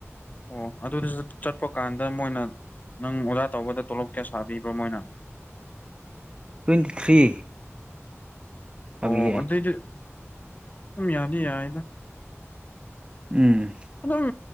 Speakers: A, on the left; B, on the right.
A: ꯑꯣ ꯑꯗꯨꯗꯨ ꯆꯠꯄ ꯀꯥꯟꯗ ꯃꯣꯏꯅ ꯅꯪ ꯑꯣꯗꯔ ꯇꯧꯕꯗ ꯇꯣꯂꯣꯞ ꯀꯌꯥ ꯁꯥꯕꯤꯕ꯭ꯔꯣ ꯃꯣꯏꯅ
B: ꯇ꯭ꯋꯦꯟꯇꯤ ꯊ꯭ꯔꯤ ꯑꯕꯤꯌꯦ
A: ꯑꯣ ꯑꯗꯩꯗꯤ ꯁꯨꯝ ꯌꯥꯅꯤ ꯌꯥꯔꯗ
B: ꯎꯝ
A: ꯑꯗꯨꯝ